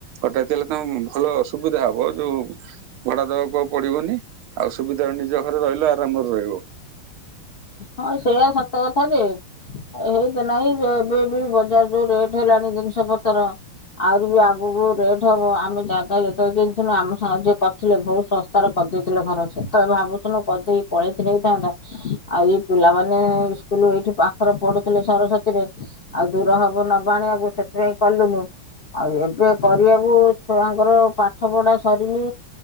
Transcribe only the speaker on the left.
ହଁ ସେଇଆ ସତ କଥା ଯେ। ହେଇତ ନାଇ ଏବେ ବି ବଜାର ଯୋଉ ରେଟ ହେଲାଣି ଜିନିଷ ପତ୍ର। ଆହୁରି ବି ଆଗକୁ ରେଟ୍ ହବ ଆମେ ଜାଗା ଯେତେବେଳେ ଜିନଥିଲୁ ଆମେ ସାହାଯ୍ୟ କରିଥିଲେ ବହୁତ ଶସ୍ ତାର କରିଦେଇଥିଲେ ଘର ସେ ତମେ ଭାବୁଥଥିଲୁ କରିଦେଇକି ପଳେଇକି ନେଇଥାନ୍ତା ଆଉ ଇ ପିଲାମାନେ ସ୍କୁଲ ଏଇଠି ପାଖରେ ପଢୁଥିଲେ ସରସ୍ଵତୀରେ ଆଉ ଦୂର ହବ ନବା ଆଣିବାକୁ ସେଥିପାଇଁ କଲୁ ନୁ ଆଉ ଏବେ କରିବାକୁ ଛୁଆଙ୍କର ପାଠ ପଢା ସରିନି